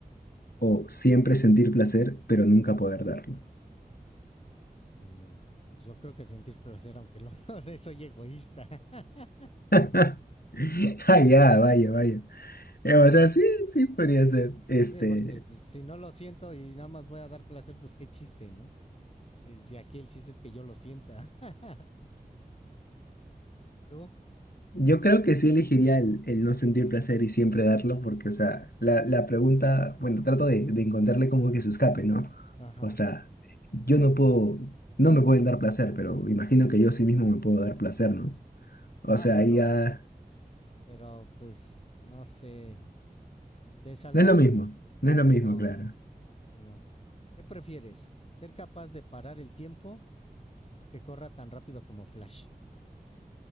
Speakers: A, on the left; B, on the left.
A: O siempre sentir placer, pero nunca poder darlo.
B: Mm, Pues yo creo que sentir placer, aunque lo no, <laughs> soy egoísta. <laughs>
A: <laughs> Ah, ya, vaya, vaya. Eh, o sea, sí, sí podría ser. Este,
B: Sí, porque pues, si no lo siento y nada más voy a dar placer, pues qué chiste, ¿no? Si si aquí el chiste es que yo lo sienta. <laughs> ¿Tú?
A: yo creo que sí elegiría el, el no sentir placer y siempre darlo, porque, o sea,
B: Sí.
A: la, la pregunta, bueno, trato de, de encontrarle como que se escape, ¿no?
B: Ajá.
A: O sea, yo no puedo, no me pueden dar placer, pero imagino que yo sí mismo me puedo dar placer, ¿no? O
B: Ah,
A: sea,
B: bueno,
A: ahí ya
B: pero pues no sé, es algo
A: no es lo
B: que,
A: mismo, no es
B: si
A: lo mismo,
B: no,
A: claro.
B: si no. ¿Qué prefieres? ¿Ser capaz de parar el tiempo O que corra tan rápido como Flash.